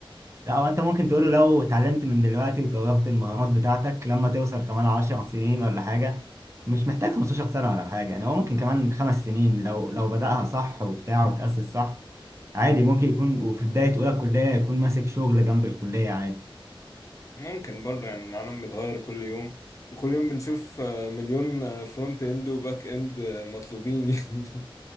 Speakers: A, on the right (about 30°); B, on the left (about 35°).
A: لا هو انت ممكن تقوله لو اتعلمت من دلوقتي وطورت المهارات بتاعتك لما توصل كمان عشر سنين ولا حاجة مش محتاج 15 سنة ولا حاجة يعني هو ممكن كمان خمس سنين لو لو بدأها صح وبتاع وتأسس صح عادي ممكن يكون وفي بداية أولى الكلية يكون ماسك شغل جنب الكلية عادي
B: ممكن برضه يعني العالم بيتغير كل يوم وكل يوم بنشوف آه، مليون آه، فرونت اند وباك اند آه، مطلوبين يعني